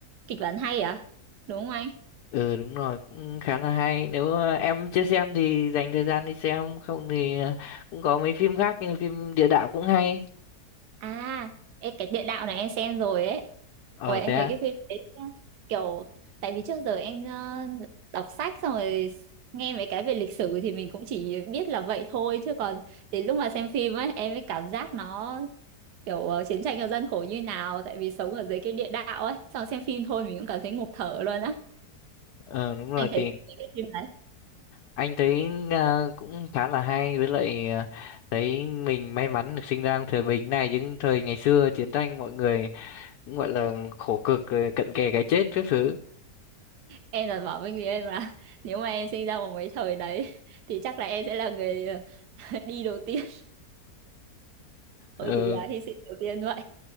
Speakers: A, on the right (about 80°); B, on the left (about 75°).
A: kịch bản hay à? Đúng không anh?
B: ừ đúng rồi cũng khá là hay nếu ờ, em chưa xem thì dành thời gian đi xem không thì ờ, cũng có mấy phim khác nhưng phim địa đạo cũng hay
A: À, ê, cái địa đạo này em xem rồi ấy.
B: ờ
A: Ủa em
B: thế à?
A: thấy cái phim đấy nhá, kiểu tại vì trước giờ em ờ, đọc sách xong rồi nghe mấy cái về lịch sử thì mình cũng chỉ biết là vậy thôi chứ còn đến lúc mà xem phim ấy em mới cảm giác nó kiểu ờ, chiến tranh ở dân khổ như nào tại vì sống ở dưới cái địa đạo ấy xong xem phim thôi mình cũng cảm thấy ngộp thở luôn á
B: ờ đúng rồi
A: anh thấy
B: thì
A: cái cái phim đấy
B: anh thấy ờ, cũng khá là hay với lại ờ, thấy mình may mắn được sinh ra trong thời bình này chứ thời ngày xưa chiến tranh mọi người cũng gọi là khổ cực rồi cận kề cái chết các thứ
A: em là bảo với người em là <laughs> nếu mà em sinh ra vào mấy thời đấy <laughs> thì chắc là em sẽ là người ờ, <laughs> đi đầu tiên <laughs> thôi
B: ờ
A: thì à, hy sinh đầu tiên vậy